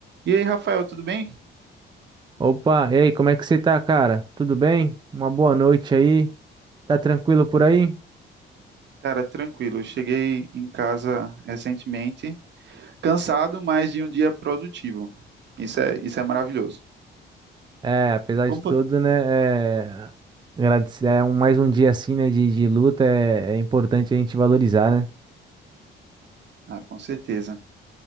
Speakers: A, on the right; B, on the right.
A: E aí, Rafael, tudo bem?
B: Opa, e aí, como é que você tá, cara? Tudo bem? Uma boa noite aí. Tá tranquilo por aí?
A: Cara, tranquilo. Eu cheguei em casa recentemente, cansado, mas de um dia produtivo. Isso é, isso é maravilhoso.
B: É, apesar
A: Como
B: de tudo,
A: foi?
B: né? É, agradecer, é um, mais um dia assim, né? De, de luta, é, é importante a gente valorizar, né?
A: Ah, com certeza.